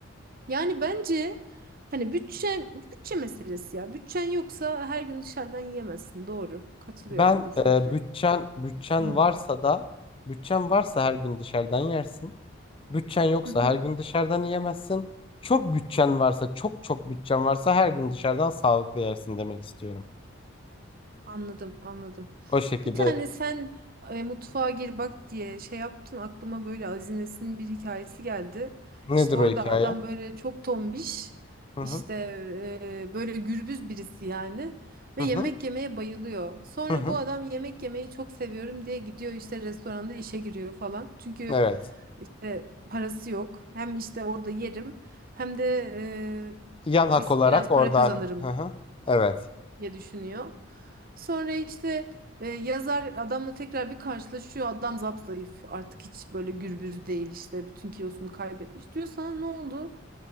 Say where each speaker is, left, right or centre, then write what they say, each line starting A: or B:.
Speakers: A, on the right (about 45°); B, on the left (about 25°).
A: Yani bence hani bütçe bütçe meselesi ya. Bütçen yoksa her gün dışarıdan yiyemezsin. Doğru. Katılıyorum
B: Ben
A: bu fikre.
B: e, bütçen bütçen
A: Hı
B: varsa da bütçen varsa her gün dışarıdan yersin. Bütçen yoksa
A: hı. hı.
B: her gün dışarıdan yiyemezsin. Çok bütçen varsa, çok çok bütçen varsa her gün dışarıdan sağlıklı yersin demek istiyorum.
A: Anladım, anladım.
B: O şekilde
A: Bir tane sen e, mutfağa gir bak diye şey yaptın aklıma böyle Azines'in bir hikayesi geldi.
B: nedir
A: İşte orada
B: o hikaye?
A: adam böyle çok tombiş
B: Hı
A: işte
B: hı.
A: e, böyle gürbüz birisi yani ve
B: Hı hı.
A: yemek yemeye bayılıyor. Sonra
B: Hı hı.
A: bu adam yemek yemeyi çok seviyorum diye gidiyor işte restoranda işe giriyor falan. Çünkü
B: Evet.
A: işte parası yok. Hem işte orada yerim hem de e,
B: Yan hak
A: biz
B: olarak
A: biraz
B: orada.
A: para kazanırım
B: Hı hı. Evet.
A: diye düşünüyor. Sonra işte e, yazar adamla tekrar bir karşılaşıyor. Adam zayıf artık hiç böyle gürbüz değil işte bütün kilosunu kaybetmiş. Diyor sana ne oldu?